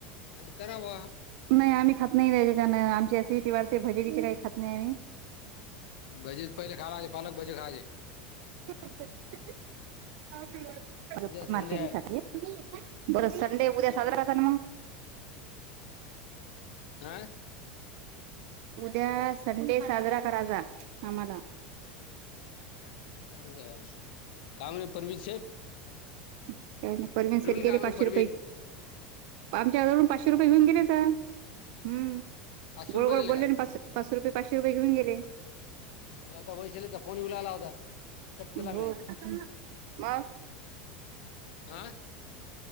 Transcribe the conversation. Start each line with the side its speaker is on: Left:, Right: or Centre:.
Left: आणि करावा
Right: नाही आम्ही खात नाही, त्याच्यानं आमची असिडिटी वाढते भजी बीजी काही खात नाही आम्ही.
Left: भजेच पहिले खाला, पालक भजे खायचेे.
Right: <unintelligible> <unintelligible>
Left: उद्या संडे आहे
Right: बर संडे उद्या साजरा कराचा ना मग?
Left: <unintelligible> संडे उद्या साजरा करायचा ना मग, आ?
Right: उद्या संडे साजरा कराचा, आम्हाला.
Left: आम्हाला, का म्हणे परविन शेठ?
Right: काय नाही, परवीन शेठ गेले
Left: काय म्हणे
Right: पाचशे
Left: परवीन
Right: रुपये आमच्या जवळून पाचशे रुपये घेऊन गेलेत. हम्म,
Left: पाचशे
Right: गोड
Left: रुपये
Right: गोड
Left: दिले
Right: बोलले
Left: का
Right: अन पाच पाचश रुपये पाचशे रुपये घेऊन गेले.
Left: मग आता वैशालीचा फोन येऊ लागला होता. कट केला
Right: हो
Left: म्या
Right: का, मग?
Left: आ